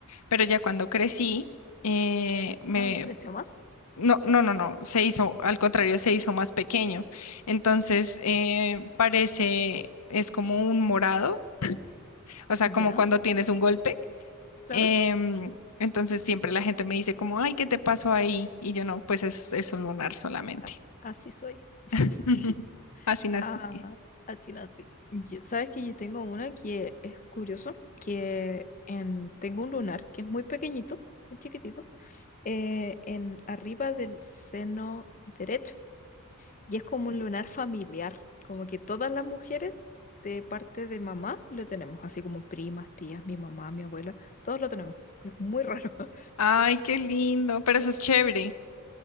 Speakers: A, on the left; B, on the left.
A: pero ya cuando crecí eh, me...
B: No, creció más.
A: No, no, no, no, se hizo, al contrario, se hizo más pequeño. Entonces, eh, parece, es como un morado, o sea,
B: Ya,
A: como cuando tienes un golpe
B: claro.
A: Em, entonces siempre la gente me dice como, ay, ¿qué te pasó ahí? Y yo no, pues es, es un lunar solamente.
B: a- así soy. <laughs>
A: <laughs> Así nací.
B: Ah, así nací. Yo- ¿sabes que yo tengo una que es curioso? Que en, tengo un lunar que es muy pequeñito, muy chiquitito, eh, en arriba del seno derecho. Y es como un lunar familiar, como que todas las mujeres de parte de mamá lo tenemos, así como primas, tías, mi mamá, mi abuela, todos lo tenemos. Es muy raro. <laughs>
A: Ay, qué lindo, pero eso es chévere,